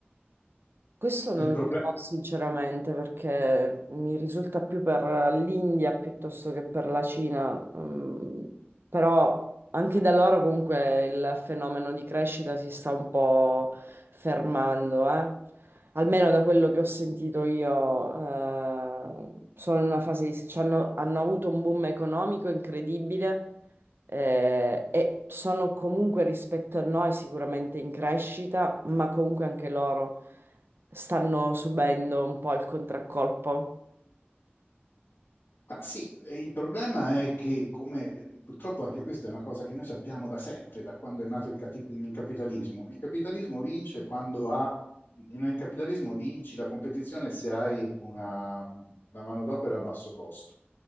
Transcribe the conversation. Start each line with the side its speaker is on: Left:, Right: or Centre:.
Right: Questo non
Left: Il problema.
Right: lo so sinceramente perché mi risulta più per l'India piuttosto che per la Cina, mm, però anche da loro comunque il fenomeno di crescita si sta un po' fermando, eh. Almeno da quello che ho sentito io, eh, sono in una fase di... c'hanno- hanno avuto un boom economico incredibile. Eh, e sono comunque rispetto a noi sicuramente in crescita, ma comunque anche loro stanno subendo un po' il contraccolpo.
Left: Ma sì, e il problema è che, come eh, purtroppo anche questa è una cosa che noi sappiamo da sempre, da quando è nato il, cati- il capitalismo. Il capitalismo vince quando ha, nel capitalismo vinci la competizione se hai una, una manodopera a basso costo.